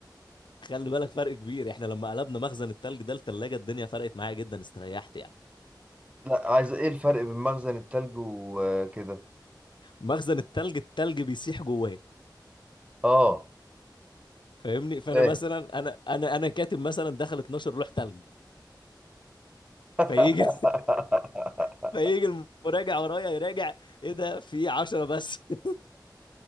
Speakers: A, on the left; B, on the right.
A: خلي بالك فرق كبير احنا لما قلبنا مخزن التلج ده لتلاجة الدنيا فرقت معايا جدا استريحت يعني
B: لا عايز ايه الفرق بين مخزن التلج وكده
A: مخزن التلج التلج بيسيح جواه
B: اه
A: فاهمني فانا
B: فاهم
A: مثلا انا انا انا كاتب مثلا دخل 12 لوح تلج
B: <laughs>
A: فيجي <laughs> فيجي المراجع ورايا يراجع ايه ده في 10 بس <laughs>